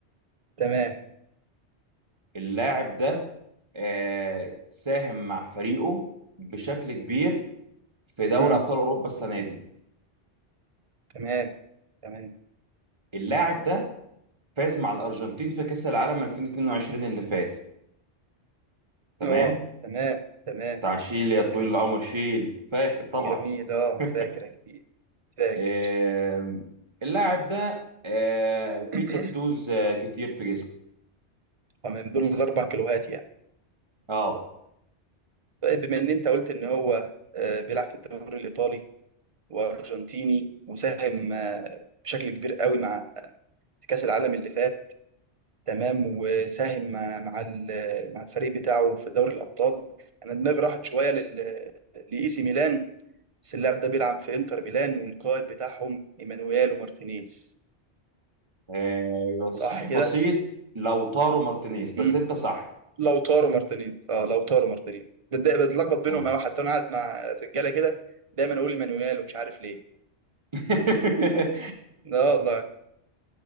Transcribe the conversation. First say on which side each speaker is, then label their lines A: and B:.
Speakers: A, on the right; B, on the right.
A: تمام
B: اللاعب ده آه، ساهم مع فريقه بشكل كبير في دوري
A: أمم،
B: أبطال أوروبا السنة دي
A: تمام تمام
B: اللاعب ده فاز مع الأرجنتين في كأس العالم 2022 اللي فات تمام
A: اه تمام تمام
B: بتاع شيل يا طويل
A: جميل
B: العمر شيل فاكر طبعا
A: جميل اه
B: <laughs>
A: فاكر يا كبير فاكر
B: آم، اللاعب ده آه، فيه
A: <clears throat>
B: تاتوز آه، كتير في جسمه
A: تمام دول الاربع كيلوهات يعني
B: اه
A: طيب بما ان انت قلت ان هو آه، بيلعب في الدوري الايطالي وارجنتيني وساهم آه، بشكل كبير قوي مع في كاس العالم اللي فات تمام وساهم مع مع ال- مع الفريق بتاعه في دوري الابطال انا دماغي راحت شويه لل لاي سي ميلان بس اللاعب ده بيلعب في انتر ميلان والقائد بتاعهم ايمانويل ومارتينيز
B: آه،
A: صح
B: تصحيح
A: كده؟
B: بسيط لو طارو مارتينيز بس
A: امم
B: انت صح
A: لو تارو مارتينيز اه لو تارو مارتينيز بتضايق- بتلخبط بينهم
B: تمام
A: أوي حتى انا قاعد مع الرجاله كده دايما اقول ايمانويل ومش عارف ليه
B: <laughs>
A: لا والله